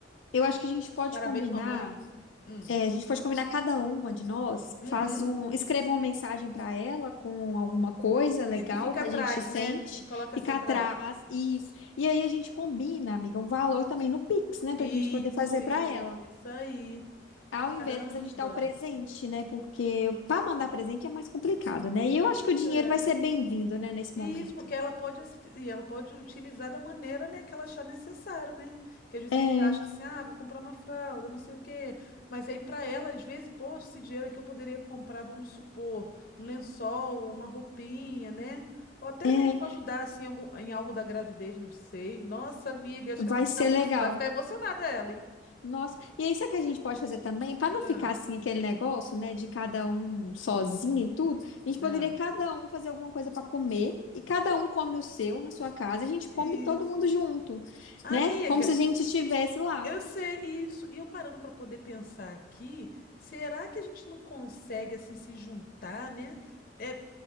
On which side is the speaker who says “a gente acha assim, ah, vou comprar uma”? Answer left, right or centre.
Left